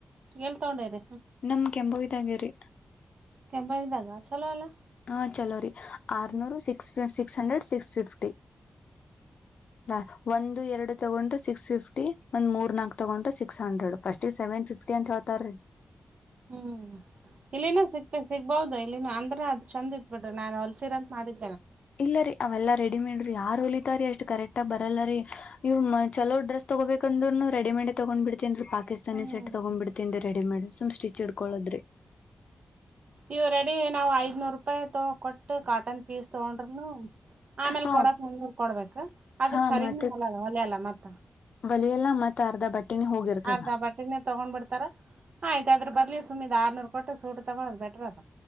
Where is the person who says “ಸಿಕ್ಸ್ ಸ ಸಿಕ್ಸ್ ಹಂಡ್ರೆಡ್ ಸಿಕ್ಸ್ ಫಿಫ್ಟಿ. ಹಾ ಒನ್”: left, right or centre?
Left